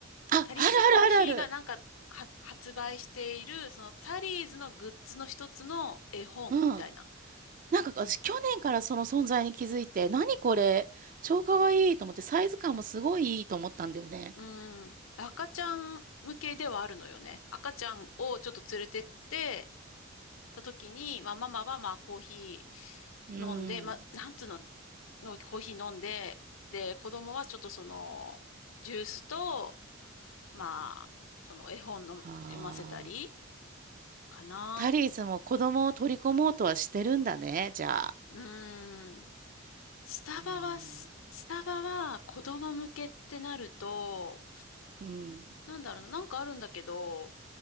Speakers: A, on the right; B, on the left.
A: あ、あるあるあるある。
B: タリーズコーヒーがなんか、は、発売している、そのタリーズのグッズの一つの絵本みたいな。
A: うん。なんか私去年からその存在に気づいて、何これ、超かわいいと思ってサイズ感もすごいいいと思ったんだよね。
B: うん。赤ちゃん向けではあるのよね。赤ちゃんをちょっと連れてってた時に、まあママはまあコーヒ
A: うん。
B: ー飲んで、まあなんつうの、のコーヒー飲んで、で、子供はちょっとその、ジュースと、まあ、その絵本の読ませたり
A: はあ。
B: かな。
A: タリーズも子供を取り込もうとはしてるんだね、じゃあ。
B: うーん。スタバは、
A: うーん、
B: ススタバは子供向けってなると、
A: うん。
B: なんだろうな、なんかあるんだけど、